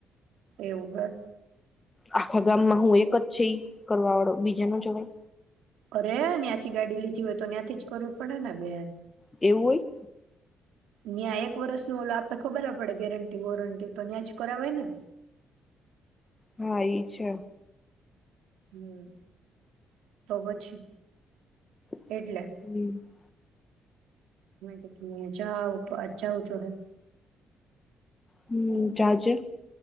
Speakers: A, on the right; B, on the left.
A: એવું હે.
B: આખા ગામમાં હું એક જ છે ઈ કરવા વાળો બીજા ન જોવાય.
A: કરે હે ન્યાંથી ગાડી લીધી હોય તો ન્યાંથી જ કરવું પડે ને બેન.
B: એવું હોય?
A: ન્યાં એક વરસ ન ઓલો આપે ખબર પડે ગેરંટી વોરંટી તો ન્યાં જ કરાવાય ને.
B: હા ઈ છે.
A: હમ્મ તો પછી.
B: <inaudible>
A: એટલે નહી તો તું નહીછા આવા <unintelligible> આવ છો હે
B: હમ ચાર્જે